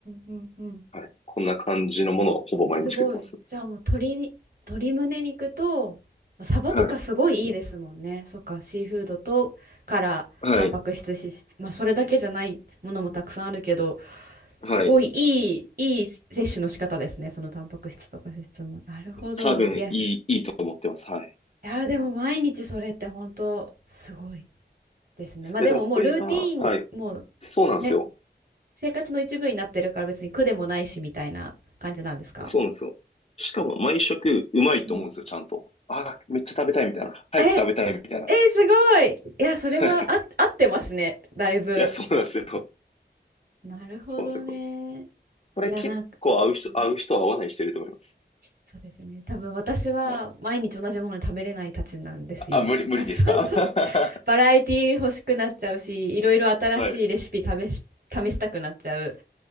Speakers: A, on the right (about 55°); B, on the left (about 35°).
A: うん。うん
B: はい。こんな感じのものをほぼ毎日作ってますね。
A: すごい。じゃあもう鶏に、鶏胸肉と、サバとかすごいいいですもんね。
B: はい。
A: そっか、シーフードとからタンパク質、
B: はい。
A: 脂質、まあそれだけじゃないものもたくさんあるけど、すごいいい、
B: はい。
A: いい摂取の仕方ですね。そのタンパク質とか脂質も。なるほど。
B: 多分、
A: いや、
B: いい、いいと思ってます。はい。
A: いやーでも毎日それって本当すごいですね。まあでももうルーティーンもう
B: いや、でもこれが、はい。そうなんですよ。
A: ね、生活の一部になってるから別に苦でもないしみたいな感じなんですか
B: そうなんですよ。しかも、毎食、うまいと思うんですよ、
A: うん。
B: ちゃんと。ああ、めっちゃ食べたいみたいな。早く食べたいみたいな。
A: え、えすごい。いや、それはあ、
B: はい
A: 合ってますね、だいぶ。
B: いや、そうなんですよ。
A: なるほどね。
B: そうなんですよ。
A: い
B: これ結構合う人、
A: や、なんか、うん
B: 合う人は合わない人いると思います。
A: そうですよね。多分私は毎日同じもの食べれないたちなんですよ。
B: はいあ、無理、
A: とあ、
B: 無理ですか
A: そうそう。
B: <laughs>
A: バラエティ欲しくなっちゃうし、いろいろ新しいレシピ試し、
B: はい。
A: 試したくなっちゃう